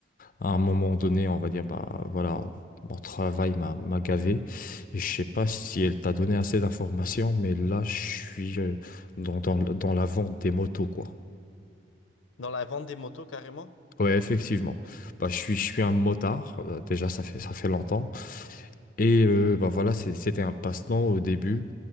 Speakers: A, on the left; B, on the left.
A: À un moment donné, on va dire, bah, voilà, mon travail m'a, m'a gavé. Et je sais pas si elle t'a donné assez d'informations, mais là, je suis euh, dans, dans, le- dans la vente des motos, quoi.
B: Dans la vente des motos carrément?
A: Ouais, effectivement. Bah, je suis, je suis un motard. Euh, Déjà, ça fait, ça fait longtemps. Et euh, bah voilà, c'est- c'était un passe-temps au début.